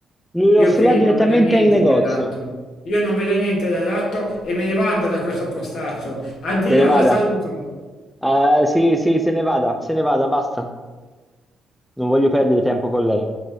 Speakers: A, in the centre; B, on the left.
A: Lui lo
B: Io
A: offrirà
B: qui
A: direttamente
B: non vedo niente
A: nel negozio.
B: di adatto. Io non vedo niente di adatto e me ne vado da questo postaccio. Addio,
A: Se ne vada.
B: la saluto.
A: Eh, sì, sì, se ne vada, se ne vada, basta. Non voglio perdere tempo con lei.